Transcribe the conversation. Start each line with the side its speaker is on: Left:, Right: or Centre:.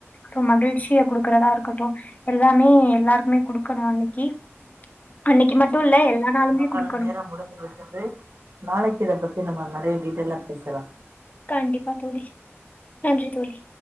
Left: அப்றோ மகிழ்ச்சிய குடுக்கறதா இருக்கட்டு எல்லாமே எல்லாருக்குமே குடுக்கணு அன்னைக்கி அன்னைக்கி மட்டு இல்ல எல்லா நாளுமே
Right: கால
Left: கொடுக்கணும்
Right: நேரம் முடிந்து விட்டது நாளைக்கு இத பத்தி நம்ம நறைய டீட்டெய்லா பேசலா
Left: கண்டிப்பா தோழி நன்றி தோழி